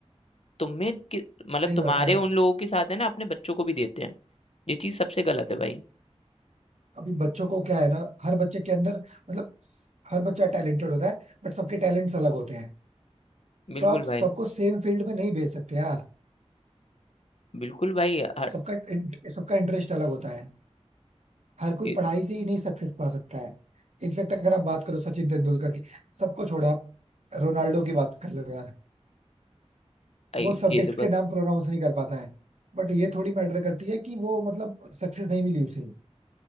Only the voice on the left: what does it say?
तुम्हें कि- मतलब
तुम्हारे
उन लोगों के साथ है ना अपने बच्चों को भी देते हैं ये चीज सबसे गलत है भाई
बिल्कुल
भाई
बिल्कुल भाई हर-
ये
आई-
ये तो
बात